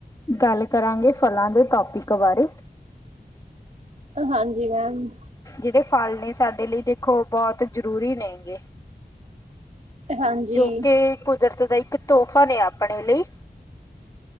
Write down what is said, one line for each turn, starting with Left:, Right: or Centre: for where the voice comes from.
Left: ਗੱਲ ਕਰਾਂਗੇ ਫਲਾਂ ਦੇ ਟੋਪਿਕ ਬਾਰੇ
Right: ਹਾਂਜੀ ਮੈਮ
Left: ਜਿਹੜੇ ਫਲ ਨੇ ਸਾਡੇ ਲਈ ਦੇਖੋ ਬਹੁਤ ਜ਼ਰੂਰੀ ਨੇਗੇ
Right: ਹਾਂਜੀ
Left: ਜੋ ਕਿ ਕੁਦਰਤ ਦਾ ਇੱਕ ਤੋਹਫ਼ਾ ਨੇ ਆਪਣੇ ਲਈ